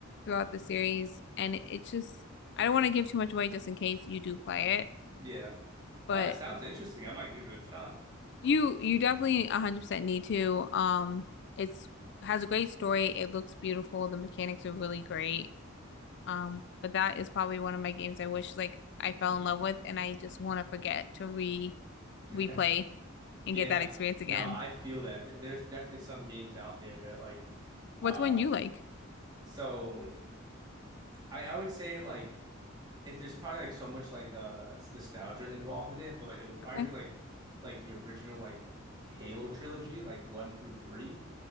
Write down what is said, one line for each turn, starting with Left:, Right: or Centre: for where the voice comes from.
Left: throughout the series and it- it's just I don't want to give too much away just in case you do play it
Right: yeah.
Left: but
Right: Uh, it sounds interesting. I might give it a shot.
Left: You you definitely 100% need to. Um, it's has a great story. It looks beautiful. The mechanics are really great. Um, but that is probably one of my games I wish like I fell in love with and I just want to forget to re
Right: <laughs>
Left: replay and
Right: Yeah,
Left: get that experience again.
Right: no, I feel that. Th- There's definitely some games out there that like
Left: What's
Right: uh
Left: one you like?
Right: so I I would say like it, there's probably like so much like uh nostalgia involved in it, but it would probably
Left: Okay.
Right: be like like the original like Halo trilogy, like one through three.